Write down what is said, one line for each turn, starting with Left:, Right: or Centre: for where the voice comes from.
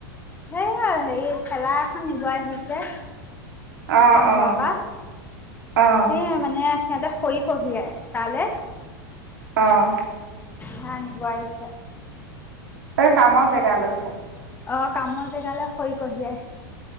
Left: সে হেৰি থেলা এখন নিব আহিছে।
Right: অঁ
Left: আমাৰ
Right: অঁ
Left: ঘৰৰ পৰা,
Right: অঁ
Left: সেই মানে সিহঁতে খৰি কঢ়িয়াই তালে,
Right: অঁ
Left: হেয়া আনিব আহিছ।
Right: কামৰ জেগা লৈ।
Left: অ', কামৰ জেগালে খৰি কঢ়িয়াই।